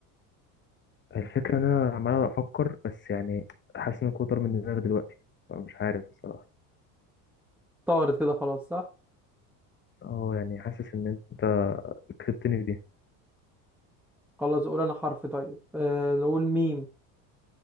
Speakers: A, on the left; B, in the centre.
A: الفكرة إن أنا عمال أفكر بس يعني حاسس إن كتر من دماغي دلوقتي فمش عارف بصراحة
B: طارت كده خلاص صح
A: أه يعني حاسس إن أنت كسبتني في دي
B: خلاص قول انا حرف طيب آه... نقول ميم